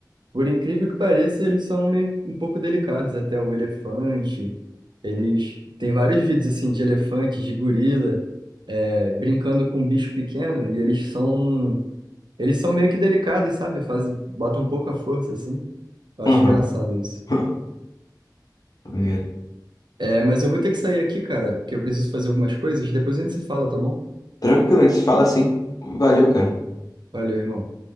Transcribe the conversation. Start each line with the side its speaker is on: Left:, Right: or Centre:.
Right: por incrível que pareça, eles são meio, um pouco delicados, até o elefante. Eles tem vários vídeos assim de elefante, de gorila, é, brincando com um bicho pequeno e eles são Eles são meio que delicados, sabe? Fazem, botam um pouco a força, assim. Eu acho
Left: Aham.
Right: engraçado isso.
Left: <laughs> Maneiro.
Right: É, mas eu vou ter que sair aqui, cara, porque eu preciso fazer algumas coisas. Depois a gente se fala, tá bom?
Left: Tranquilo, a gente se fala assim. Valeu, cara.
Right: Valeu, irmão.